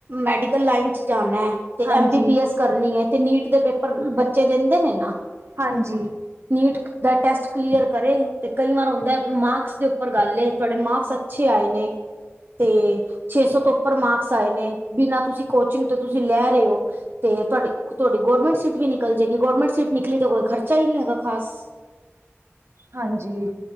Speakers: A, on the right; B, on the right.
A: ਮੈਡੀਕਲ ਲਾਈਨ ਚ ਜਾਣਾ। ਤੇ
B: ਹਾਂਜੀ
A: ਐਮ ਬੀਬੀ ਐਸ ਕਰਨੀ ਏ ਤੇ ਨੀਟ ਦੇ ਪੇਪਰ ਬੱਚੇ ਦਿੰਦੇ ਨੇ ਨਾ।
B: ਹਾਂਜੀ
A: ਨੀਟ ਦਾ ਟੈਸਟ ਕਲੀਅਰ ਕਰੇ ਤੇ ਕਈ ਵਾਰ ਹੁੰਦਾ ਮਾਰਕਸ ਦੇ ਉੱਪਰ ਗੱਲ ਏ, ਤੁਆਡੇ ਮਾਰਕਸ ਅੱਛੇ ਆਏ ਨੇ। ਤੇ ਛੇ ਸੌ ਤੋਂ ਉੱਪਰ ਮਾਰਕਸ ਆਏ ਨੇ, ਬਿਨਾਂ ਤੁਸੀਂ ਕੋਚਿੰਗ ਤੋਂ ਤੁਸੀਂ ਲੈ ਰੇ ਓ। ਤੇ ਤੁਆਡੀ, ਤੁਆਡੀ ਗੋਰਮੈਂਟ ਸੀਟ ਵੀ ਨਿਕਲ ਜੇਗੀ, ਗੌਰਰਮੈਂਟ ਸੀਟ ਨਿਕਲੀ ਤੇ ਕੋਈ ਖਰਚਾ ਈ ਨੀ ਹੈਗਾ ਖਾਸ।
B: ਹਾਂਜੀ,